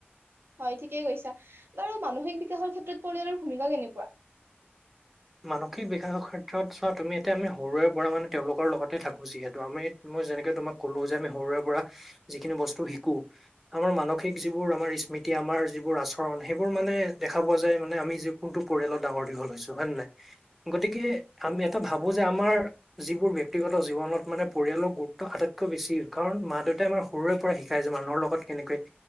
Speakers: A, on the right; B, in the centre.
A: হয় ঠিকেই কৈছা বাৰু মানসিক বিকাশৰ ক্ষেত্ৰত পৰিয়ালৰ ভূমিকা কেনেকুৱা।
B: মানসিক বিকাশৰ ক্ষেত্ৰত চোৱা তুমি এয়া আমি সৰুৰে পৰা মানে তেওঁলোকৰ লগতে থাকো যিহেতু আমি মই যেনেকে তোমাক কলো যে আমি সৰুৰে পৰা যিখিনি বস্তু শিকো আমাৰ মানসিক যিবোৰ আমাৰ স্মৃতি আমাৰ যিবোৰ আচৰণ সেইবোৰ মানে দেখা পোৱা যায় মানে আমি য কোনটো পৰিয়ালত ডাঙৰ দীঘল হৈছো হয়ে নাই। গতিকে আমি এটা ভাবো যে আমাৰ যিবোৰ ব্য্ক্তিগত জীৱনত মানে পৰিয়ালৰ গুৰুত্ব আটাইতকৈ বেছি কাৰণ মা দেউতাই আমাৰ সৰুৰে পৰা শিকাই যে মানুহৰ লগত কেনেকে ব